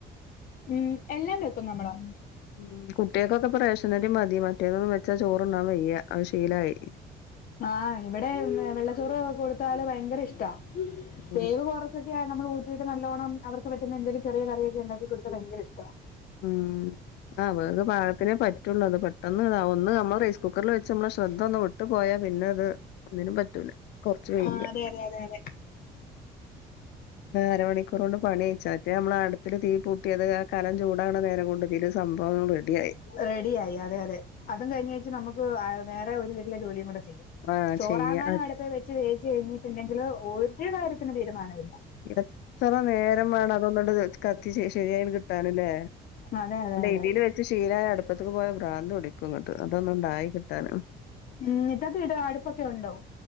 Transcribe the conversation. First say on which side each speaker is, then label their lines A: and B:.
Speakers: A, on the left; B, on the left.
A: ഉം എല്ലാം വെക്കും നമ്മള്
B: ഉം കുട്ട്യാക്കൊക്കെ റെഷനരി മതി മറ്റേതൊന്ന് വെച്ചാ ചോറുണ്ണാൻ വെയ്യ അത് ശീലായി
A: ആ ഇടെ വെള്ളച്ചോറ് കൊടുത്താല് ഭയങ്കര ഇഷ്ട
B: ഉം
A: വേവ് കൊർ ച്ചൊക്കെ നമ്മളൂറ്റിട്ട് നല്ലോണ്ണം അവർക്ക് പറ്റുന്ന എന്തെലും ചെറിയ കറിയക്കെ ഉണ്ടാക്കി കൊടുത്താ ഭയങ്കര ഇഷ്ട ഇഷ്ടമാണ്
B: ഉം വേവ് പാക തിനെ പറ്റുള്ളൂ അത് പെട്ടെന്ന് ഇതാവും ഒന്ന് നമ്മൾ റൈസ് കുക്കറിൽ വെച്ച് നമ്മളെ ശ്രദ്ധ ഒന്ന് വിട്ട് പോയാ പിന്നെ അത് ഒന്നിനും പറ്റൂല കൊർച്ച് വൈക്യാ
A: ആഹ് അതെ അതെ അതെ അതെ.
B: അരമണിക്കൂർ കൊണ്ട് പണി കയ്ച്ച മറ്റെ നമ്മൾ അടുപ്പില് തീ കൂട്ടി അത് ആ കലം ചൂ ടാവ്ണ നേരം കൊണ്ട് ഇതില് സംഭവം റെഡിയായി
A: റെഡിയായി അതെ അതെ അതും കഴിഞേച്ച് നമുക്ക് വേറെ ഒരു വീട്ടിലെ ജോലിയും കൂടെ ചെയ്യാം
B: ആഹ്
A: ചോറാകാനും
B: ചെയ്യ
A: അട്പ്പെ വെച്ച് വേവിച്ച് കഴിഞ്ഞിട്ടുണ്ടെങ്കില് ഒരു കാര്യത്തിനും തീരുമാനമില്ല
B: എത്ര നേരം വേണം അതൊന്ന്ണ്ട് കത്തിച്ച് ശരിയായോന്നു കിട്ടാന്ല്ലേ
A: അതെ അതെ അതെ
B: ഇതിൽ വെച്ച് ഷീലായ അടുപ്പത്തേക്ക് പോയ ഭ്രാന്ത് പിടി ക്കുംങ്ങട്ട് അതൊന്നുണ്ട് ആയി കിട്ടാൻ
A: ഉം ഇതൊക്കെ ഇട അടുപ്പൊക്കെ ഉണ്ടോ?